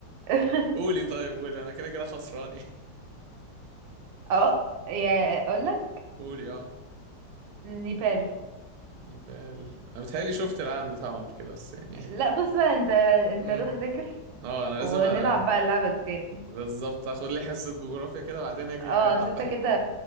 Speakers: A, on the right; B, on the right.
A: <laughs>
B: قولي طيب قولي انا كده كده خسران إيه؟
A: اه يا اقول لك
B: <laughs> قولي اه
A: نيبال
B: نيبال انا بتهيألي شفت العالم بتاعهم قبل كده بس يعني
A: لا بص بقى انت انت
B: امم
A: روح ذاكر
B: اه انا
A: ونلعب
B: لازم أ...
A: بقى اللعبة التاني
B: بالظبط اخد لي حصة جغرافيا كده وبعدين اجي
A: اه
B: نلعب
A: أصل انت كده